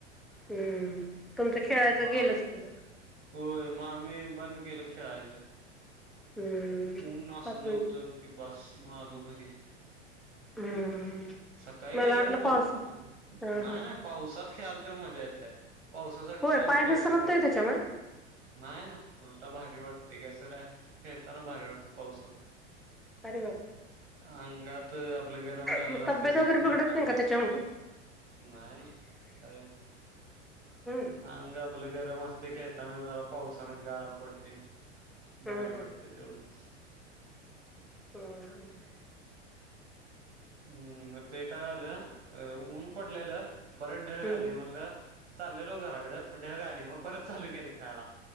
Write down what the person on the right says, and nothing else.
मग
होय मग आम्ही बंद केलं खेळायचं.
ऊन असलं
होतं की बास, मगं आलो घरी.
सकाळी
गेलेलो
खरं
नाही
नाही पावसात खेळायला तर मजा येत्या. पावसासाठी
तर आम्ही
गेलतो.
परत
खेळायला नाही. नाय नाय उलटा भारी वाटते कस. नाही तर काय. खेळताना भारी वाटते. पावसात
अंगात आपलं गरम झाालेलं
असते
सगळ
खेळताना
नाही ना काही काही होत नाही.
अंगात आपलं गरम असते. खेळताना जरा पावसान गार पडते. ते
भारी वाटते. तेवढंच,
हम्म, ते काय झालं अ ऊन पडलेलं परत ढग
आलय म्हणलं चाललेलो घराकड मग ढग आले. मग परत चालू केले खेळायला.